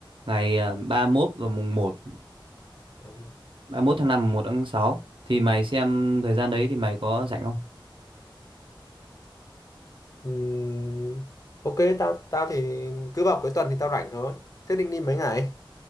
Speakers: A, on the right (about 75°); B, on the left (about 40°).
A: Ngày ờ, ba mốt và mùng 1,
B: đúng rồi.
A: ba mốt tháng năm mùng 1 tháng sáu Thì mày xem thời gian đấy thì mày có rảnh không?
B: Ừm, ok tao tao thì cứ vào cuối tuần thì tao rảnh thôi thế định đi mấy ngày